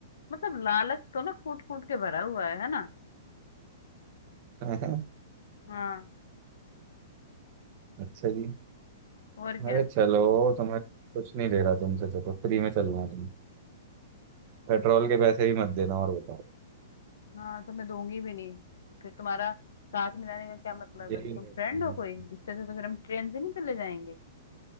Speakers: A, on the left (about 85°); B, on the right (about 30°).
A: मतलब लालच तो ना कूट कूट के भरा हुआ है है ना
B: <laughs>
A: हाँ
B: अच्छा जी
A: और क्या
B: अरे चलो तो मैं कुछ नहीं ले रहा तुमसे चलो फ्री में चलना तुम पेट्रोल के पैसे भी मत देना और बताओ
A: हाँ तो मैं दूंगी भी नहीं फिर तुम्हारा साथ में जाने का क्या मतलब
B: यही
A: है तुम
B: उम्मीद
A: फ्रेंड
B: थी
A: हो
B: मेरे
A: कोई
B: को
A: इससे अच्छा तो फिर हम ट्रेन से नहीं चले जाएंगे